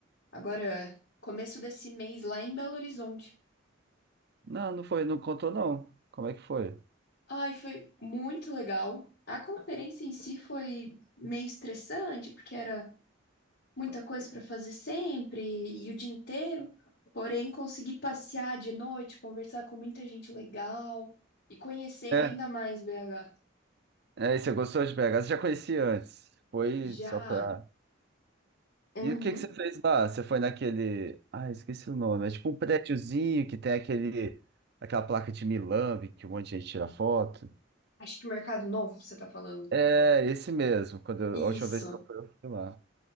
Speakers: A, on the left; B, on the right.
A: agora, começo desse mês, lá em Belo Horizonte.
B: Não, não foi, não contou não. Como é que foi?
A: Ai, foi muito legal. A conferência em si foi meio estressante, porque era muita coisa para fazer sempre e o dia inteiro. Porém, consegui passear de noite, conversar com muita gente legal e conhecer
B: É,
A: ainda mais BH.
B: é, e você gostou de BH? Você já conhecia antes? Foi
A: Já.
B: só pra.
A: Uhum.
B: E o que que você fez lá? Você foi naquele. Ah, esqueci o nome. É tipo um prédiozinho que tem aquele. Aquela placa de Milambe que um monte de gente tira foto.
A: Acho que Mercado Novo, você tá falando.
B: É, esse mesmo. Quando eu-
A: Isso.
B: a última vez que eu fui, eu fui lá.